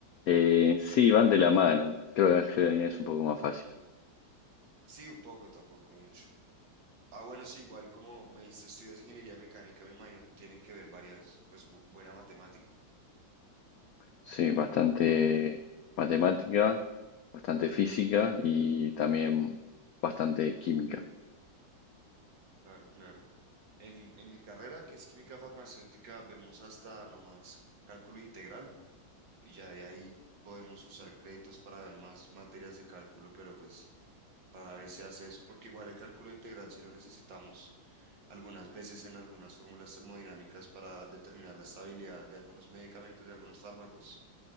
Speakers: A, on the left (about 80°); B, on the right (about 70°).
A: Eh, sí, van de la mano. Creo que la es un poco más fácil.
B: Sí, un poco, tampoco mucho. Ah, bueno, sí, igual como me dijiste, estudias ingeniería mecánica, me imagino, tienen que ver varias, pues bu- buena matemática.
A: Sí, bastante matemática, bastante física y también bastante química.
B: Claro, claro. En, en mi carrera, que es química farmacéutica, vemos hasta nomás cálculo integral y ya de ahí podemos usar créditos para ver más materias de cálculo, pero pues rara vez se hace eso, porque igual el cálculo integral sí lo necesitamos algunas veces en algunas fórmulas termodinámicas para determinar la estabilidad de algunos medicamentos, de algunos fármacos.